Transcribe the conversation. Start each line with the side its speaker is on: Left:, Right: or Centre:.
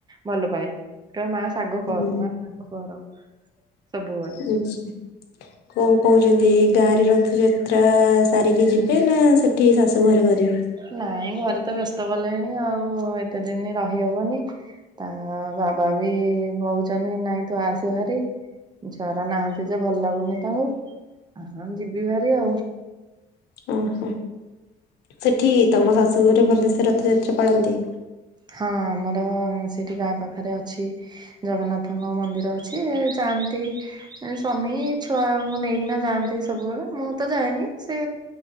Right: ଭଲ ପାଏ କହିବ ମା ଶାଗ
Left: ହୁଁ
Right: କର ମା ଶାଗ କର ସବୁ ବେଳେ।
Left: ଆଚ୍ଛା। କଣ କହୁଛନ୍ତି ଏଈ ଗାଁରେ ରଥଯାତ୍ରା ସାରିକି ଯିବେ ନା ସେଠି ଶାଶୁ ଘରେ କରି <unintelligible>
Right: ନାଇଁ ଘରେ ତ ବ୍ୟସ୍ତ କଲେଣି ଆଉ ଏତେ ଦିନ ରହିହବନି। ତା ବାବା ବି କହୁଛନ୍ତି ନାଇଁ ତୁ ଆସେ ଭାରି। ଛୁଆଗୁରା ନାହାନ୍ତି ଯେ ଭଲ ଲାଗୁନି ତାଙ୍କୁ ଆ ଯିବି ଭାରି ଆଉ।
Left: ଓହୋ ସେଠି ତମ ଶାଶୁଘରେ ଭଲସ ରଥଯାତ୍ରା ପାଳନ୍ତି?
Right: ହଁ ଆମର ସେଠି ଗାଁ ପାଖରେ ଅଛି ଜଗନ୍ନାଥଙ୍କ ମନ୍ଦିର। କିଛି ଯାଆନ୍ତି। ସ୍ୱାମୀ ଛୁଆଙ୍କୁ ନେଇକିନା ଯାଆନ୍ତି ସବୁବେଳେ ମୁଁ ତ ଯାଏନି। ସେ